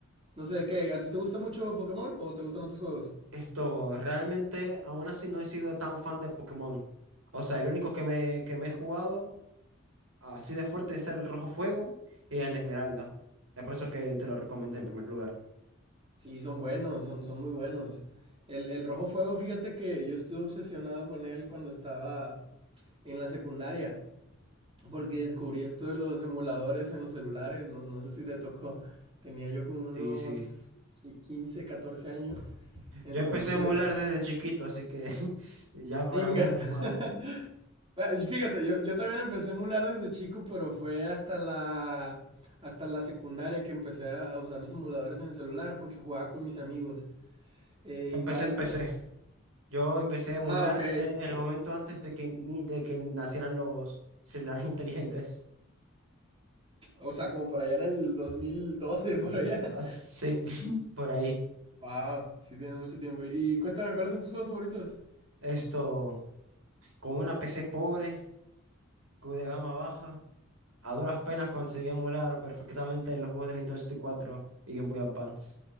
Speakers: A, on the right (about 25°); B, on the right (about 85°).
A: No sé, ¿qué? ¿A ti te gusta mucho Pokémon o te gustan otros juegos?
B: Esto, realmente, aún así no he sido tan fan de Pokémon. O sea, el único que me, que me he jugado así de fuerte es el Rojo Fuego y el Esmeralda. Es por eso que te lo recomendé en primer lugar.
A: Sí, son buenos, son, son muy buenos. El, el Rojo Fuego, fíjate que yo estuve obsesionado con él cuando estaba en la secundaria, porque descubrí esto de los emuladores en los celulares, no, no sé si te tocó, tenía yo como unos
B: Sí, sí.
A: qui- 15, 14 años, entonces,
B: Yo empecé a emular desde chiquito, así que <laughs> ya para
A: ingat.
B: mí es normal.
A: <laughs> Bueno, Fíjate, yo, yo también empecé a emular desde chico, pero fue hasta la, hasta la secundaria que empecé a a usar los emuladores en el celular, porque jugaba con mis amigos. Eh,
B: Empecé,
A: igual...
B: empecé. Yo empecé a emular
A: Ah, ok.
B: en, en el momento antes de que, ni- de que nacieran los celulares inteligentes.
A: O sea, como por allá en el 2012, por allá.
B: Así,
A: <laughs>
B: <laughs> por ahí.
A: Wow, sí tienes mucho tiempo. Y, y cuéntame, ¿cuáles son tus juegos favoritos?
B: Esto, con una PC pobre, cu- de gama baja, a duras penas conseguí emular perfectamente los juegos de Nintendo 64 y cuatro y Game Boy Advance.